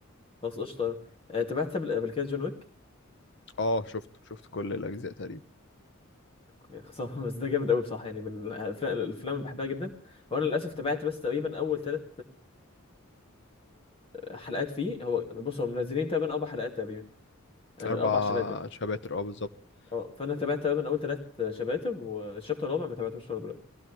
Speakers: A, on the left; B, on the left.
A: خلاص قشطه آه، تابعت قبل قبل كده جون ويك
B: اه شفت شفت كل الأجزاء تقريبا
A: يا خساره <laughs> بس ده جامد قوي بصراحه يعني من الأف- الافلام اللي بحبها جدا هو انا للاسف تابعت بس تقريبا اول ثلاث حلقات فيه هو بص هم منزلين تقريبا اربع حلقات تقريبا آه،
B: أربع
A: اربع شباتر
B: شباتر اه بالظبط
A: اه فانا تابعت تقريبا اول ثلاث شباتب والشابتر الرابع ما تابعتوش لغايه دلوقتي